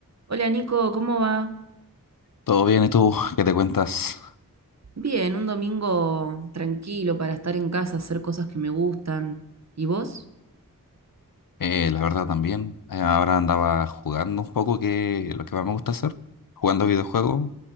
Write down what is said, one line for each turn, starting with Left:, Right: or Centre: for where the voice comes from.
Right: Hola Nico, ¿cómo va?
Left: Todo bien, ¿y tú qué te cuentas?
Right: Bien, un domingo tranquilo para estar en casa, hacer cosas que me gustan. ¿Y vos?
Left: Eh, la verdad también, eh, ahora andaba jugando un poco, que es lo que más me gusta hacer, jugando videojuegos.